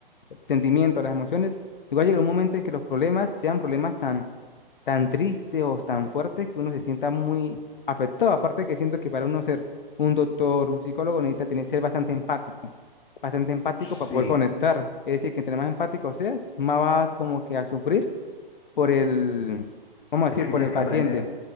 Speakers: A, on the left; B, on the left.
A: sentimientos, las emociones, igual llega un momento en que los problemas sean problemas tan tan tristes o tan fuertes que uno se sienta muy afectado. Aparte que siento que para uno ser un doctor, un psicólogo, necesita tener, ser bastante empático, bastante empático
B: Sí,
A: para poder conectar. Es decir, que entre más empático seas, más vas como que a sufrir por el, vamos a
B: Es
A: decir,
B: que
A: por
B: tienes
A: el
B: que
A: paciente.
B: aprender,